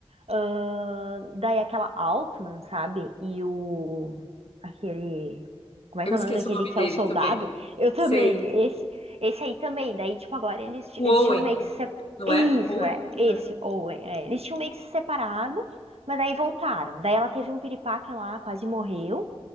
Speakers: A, on the right; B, on the left.
A: Ahn, daí aquela Altman, sabe? E o. Aquele. Como
B: Eu
A: é que é
B: esqueço
A: o nome daquele
B: o nome
A: que
B: dele
A: é o soldado?
B: também.
A: Eu também.
B: Sei.
A: Esse, esse aí também. Daí, tipo, agora eles, ti-
B: O
A: eles
B: Owen,
A: tinham meio que se. sep-
B: não
A: Isso,
B: é? Owen?
A: é. Esse,
B: né?
A: Owen. é. Eles tinham meio que se separado, mas daí voltaram. Daí ela teve um piripaque lá, quase morreu.